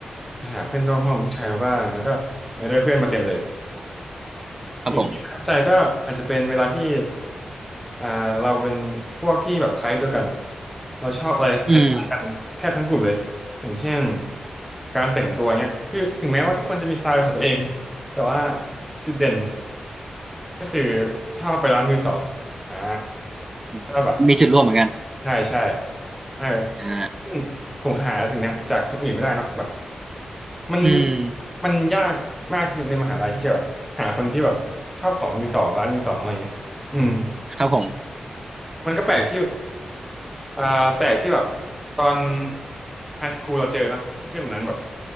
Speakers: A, in the centre; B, on the right.
A: ไปหาเพื่อนนอกห้องเป็นผู้ชายมาบ้างแล้วก็ เออได้เพื่อนมาเต็มเลย
B: ครับผม
A: สิ่งที่ประทับใจก็อาจจะเป็นเวลาที่อ่าเราเป็นพวกที่แบบไทป์เดียวกันอ่ะเราชอบอะไรคล้ายๆกันแทบทั้งกลุ่มเลยอย่างเช่น
B: อืม
A: การแต่งตัวเนี้ยถึงถึงแม้ว่าทุกคนจะมีสไตล์เป็นของตัวเองแต่ว่าจุดเด่น
B: อืม
A: ก็คือชอบไปร้านมือสองอ่า
B: อืมมันมีจุดร่วมเหมือนกัน
A: ก็แบบ ใช่ใช่เออ
B: อ่า
A: ซึ่งผมหาสิ่งเนี้ยจากคนอื่นไม่ได้เนาะแบบมัน
B: อืม
A: มันยากมากที่ในมหาลัยที่จะแบบหาคนที่แบบชอบของมือสองร้านมือสองอะไรเงี้ยอืม
B: ครับผม
A: มันก็แปลกที่อ่าแปลกที่แบบตอนไฮสคูลเราเจอเนาะเพื่อนแบบนั้นแบบ